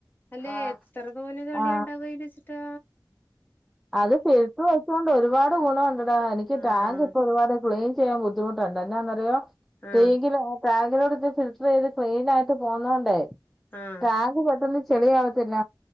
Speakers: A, on the left; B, in the centre.
A: അല്ലെ
B: ആ
A: എത്ര തോനെ ചെളിയ
B: ആ
A: ഇണ്ടാവ അതിന്നു റ്റാ
B: അത് ഫിൽറ്റർ വെച്ചൊണ്ട് ഒരുപാട് ഗുണോണ്ടടാ എനിക്ക്ടാങ്ക്
A: ആഹ്
B: പ്പൊരുപാട് ക്ലീൻ ചെയ്യാൻ ബുദ്ധിമുട്ടുണ്ട് എനന്നറിയോ
A: ആഹ്
B: ടേങ്കിലോ ആ ട്ടാ ഇതിലൂടെ ഇത് ഫിൽട്ടറെയ്ത് ക്ലീനായിട്ട് പോന്നോണ്ടേ
A: ആഹ്
B: ടാങ്ക് പെട്ടെന്ന് ചെളിയാവത്തില്ല